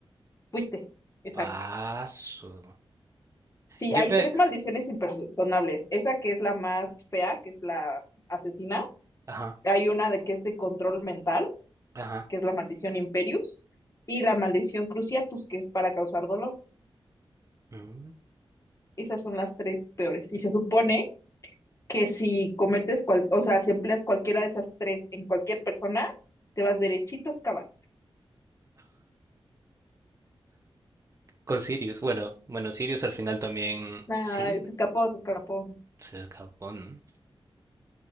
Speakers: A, on the left; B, on the right.
A: fuiste, exacto.
B: Paso.
A: Sí,
B: Yo
A: hay
B: pe...
A: tres maldiciones imperdonables, esa que es la más fea, que es la asesina,
B: Ajá,
A: hay una de que es de control mental,
B: ajá.
A: que es la maldición Imperius, y la maldición Cruciatus, que es para causar dolor.
B: mm. <laughs>
A: Esas son las tres peores. Y se supone que si cometes, cual- o sea, si empleas cualquiera de esas tres en cualquier persona, te vas derechito a excavar.
B: Con Sirius, bueno, bueno, Sirius al final también.
A: Ah,
B: Sirius
A: se escapó, se escapó.
B: se escapó, ¿no?